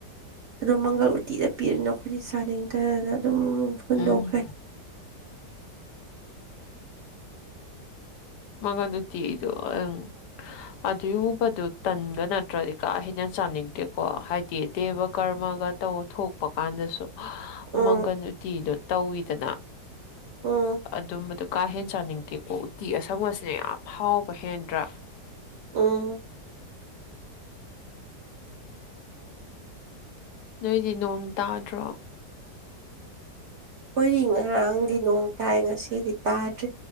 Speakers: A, on the right; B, on the left.
A: ꯑꯗꯣ ꯃꯪꯒꯜ ꯎꯇꯤꯗ ꯄꯤꯔꯤꯅ ꯑꯩꯈꯣꯏꯖꯤ ꯆꯥꯅꯤꯡꯇꯅ ꯑꯗꯨꯝ ꯍꯨꯟꯗꯣꯛꯈ꯭ꯔꯦ
B: ꯎꯝ ꯃꯒꯟ ꯎꯇꯤꯗꯣ ꯎꯪ ꯑꯗꯨꯨꯕꯗꯨ ꯇꯟꯒ ꯅꯠꯇ꯭ꯔꯗꯤ ꯀꯥ ꯍꯦꯟꯅ ꯆꯥꯅꯤꯡꯗꯦꯀꯣ ꯍꯥꯏꯗꯤ ꯗꯦꯕ ꯀꯔꯃꯒ ꯇꯧ ꯊꯣꯛꯄ ꯀꯥꯟꯗꯁꯨ
A: ꯎꯝ
B: ꯃꯪꯒꯟ ꯎꯇꯤꯗꯣ ꯇꯧꯋꯤꯗꯅ
A: ꯎꯝ
B: ꯑꯗꯨꯝꯕꯗꯨꯣ ꯀꯥꯍꯦꯟ ꯆꯥꯅꯤꯡꯦ ꯀꯦꯀꯣꯛ ꯎꯇꯤ ꯑꯁꯪꯕꯁꯤꯅ ꯌꯥꯝ ꯍꯥꯎꯕ ꯍꯦꯟꯗ꯭ꯔꯥ
A: ꯑ
B: ꯅꯣꯏꯗꯤ ꯅꯣꯡ ꯇꯥꯗ꯭ꯔꯣ
A: ꯑꯩꯣꯏ ꯉꯔꯥꯡꯗꯤ ꯅꯣꯡ ꯇꯥꯏ ꯉꯁꯤꯗꯤ ꯇꯥꯗ꯭ꯔꯤ